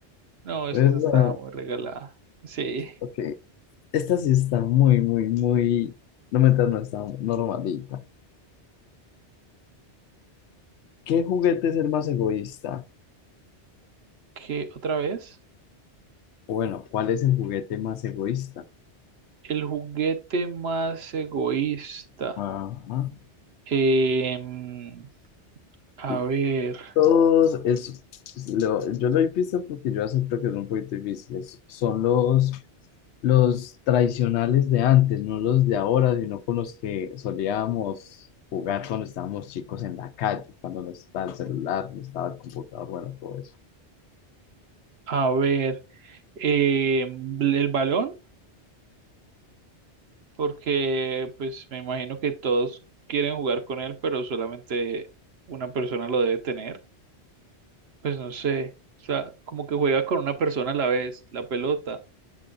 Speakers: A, on the right; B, on the left.
A: No, es
B: ¿Verdad?
A: que esa está muy regalada. Sí,
B: Ok. Esta sí está muy, muy, muy... No, me no está normalita. ¿Qué juguete es el más egoísta?
A: qué otra vez?
B: O Bueno, ¿cuál es el juguete más egoísta?
A: El juguete más egoísta.
B: Ajá.
A: Em, a
B: Y
A: ver,
B: todos, es, lo- yo lo he visto porque yo acepto que son un poquito difíciles. Son los, los tradicionales de antes, no los de ahora, sino con los que solíamos jugar cuando estábamos chicos en la calle, cuando no estaba el celular, no estaba el computador, bueno, todo eso.
A: a ver. em, el balón, porque pues me imagino que todos quieren jugar con él, pero solamente una persona lo debe tener. Pues no sé. O sea, como que juega con una persona a la vez, la pelota.